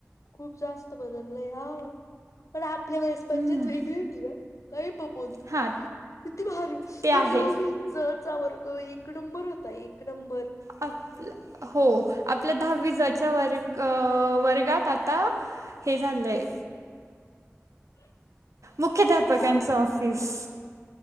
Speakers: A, on the left; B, on the right.
A: खूप जास्त बदललय हा पण आपल्या वेळेस मज्जाच
B: हम्म
A: वेगळी होती का काही पण बोलतो
B: हां
A: किती भारी
B: ते आहे
A: तो नववी जचा वर्ग एक नंबर होता एक नंबर.
B: आप हो आपल्या दहावी जच्या वर् वर्गात आता - हे झालंय
A: <inaudible>
B: मुख्याध्यापकांच
A: काय
B: ऑफिस.